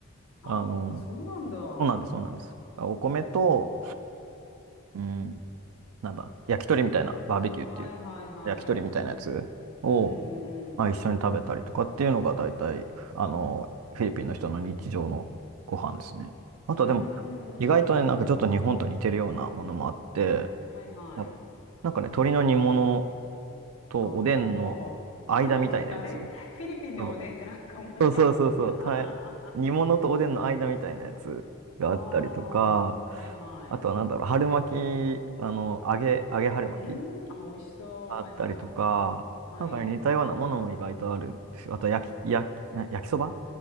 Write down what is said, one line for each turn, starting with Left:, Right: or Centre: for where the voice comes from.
Left: あ、
Right: あの、
Left: そうなんだ。は
Right: そうなんです、そうなんです。あお米と、うん、なんだ、焼き鳥みたいな、バーベキューっていう、
Left: いはいはい。
Right: 焼き鳥みたいなやつを、
Left: うんうん
Right: まあ、一緒に食べたりとかっていうのが大体、あの、フィリピンの人の日常のご飯ですね。あとはでも、
Left: うん。
Right: 意外とね、なんかちょっと日本と似てるようなものもあって、
Left: うーん。はいはい。
Right: なんかなんかね、鶏の煮物とおでんの間みたいなやつ。
Left: ああ、<laughs> おでん、あれフィリピンでおでんってなんか面白いんですか
Right: そうそうそうそうそう、た煮物とおでんの間みたいなやつがあったりとか、
Left: <laughs> ああ、はいはい。
Right: あとはなんだろう、春巻き、あの、揚げ、揚げ春巻き
Left: うーん、あ、美味しそう。
Right: あったりとか、
Left: はいはい。はい。
Right: なんかね似たようなものも意外とあるんですよ。あと焼き、焼き、な、焼きそば